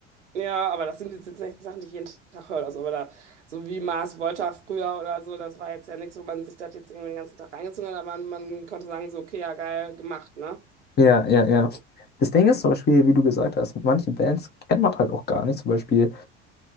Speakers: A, on the right (about 80°); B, on the left (about 30°).
A: ja, aber das sind jetzt jetzt nicht Sachen, die ich jeden Tag höre Also Aber da, so wie Mars Volta früher oder so, das war jetzt ja nichts, wo man sich das jetzt irgendwie den ganzen Tag reingezogen hat, aber man, man konnte sagen, so, okay, ja, geil gemacht, ne?
B: Ja, ja, ja.
A: Ja,
B: Das Ding ist zum Beispiel, wie du gesagt hast, manche Bands kennt man halt auch gar nicht. Zum Beispiel